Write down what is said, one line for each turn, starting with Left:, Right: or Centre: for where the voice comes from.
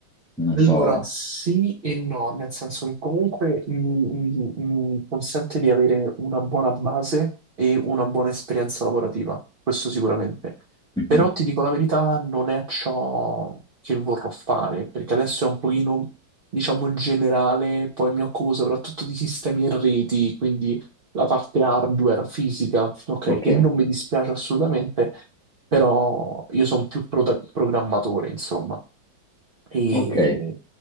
Centre: non
Right: Allora,
Centre: so.
Right: sì e no, nel senso che comunque mi, mi- mi consente di avere una buona base e una buona esperienza lavorativa, questo sicuramente.
Centre: Mhm.
Right: Però ti dico la verità, non è ciò che vorrò fare, perché adesso è un pochino, diciamo, generale, poi mi occupo soprattutto di sistemi e reti, quindi la parte hardware, fisica, ok,
Centre: Ok,
Right: che non mi dispiace assolutamente, però io sono più pro- programmatore, insomma. E,
Centre: ok.